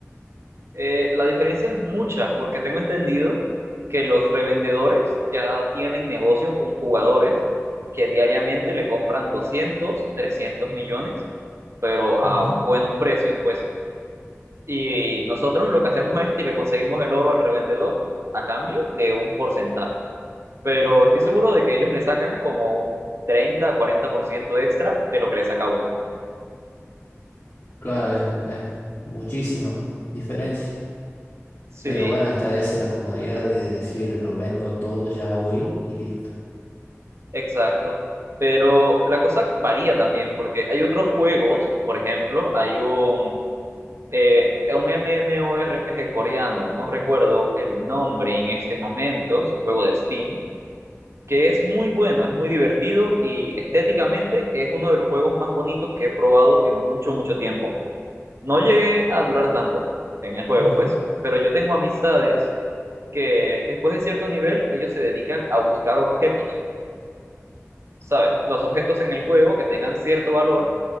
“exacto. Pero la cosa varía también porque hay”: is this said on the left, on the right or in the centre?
Right